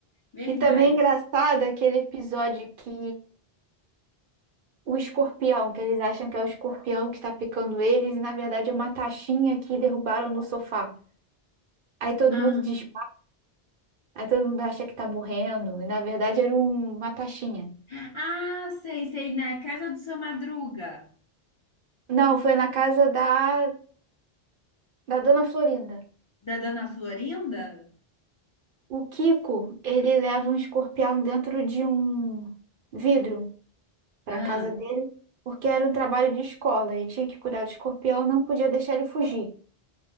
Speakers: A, on the left; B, on the right.
A: verdade.
B: E também é engraçado aquele episódio que o escorpião, que eles acham que é o escorpião que está picando eles, e na verdade é uma taxinha que derrubaram no sofá. Aí todo
A: Ah,
B: mundo desmaia. Aí todo mundo acha que tá morrendo, e na verdade era um- uma taxinha.
A: ah, sei, sei, na casa do seu Madruga,
B: Não, foi na casa da, da Dona Florinda.
A: da Dona Florinda?
B: O Kiko, ele leva um escorpião dentro de um vidro para
A: Ah,
B: casa dele, porque era um trabalho de escola, ele tinha que cuidar do escorpião, não podia deixar ele fugir.